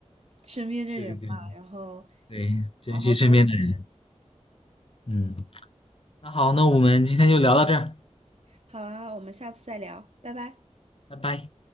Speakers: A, on the right; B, on the left.
A: 身边的人吧，
B: 对对
A: 然后
B: 对，珍惜身边的人。
A: 好好沟通。
B: 嗯，那好，那我们今天就聊到这儿。
A: 好啊，我们下次再聊，拜拜。
B: 拜拜。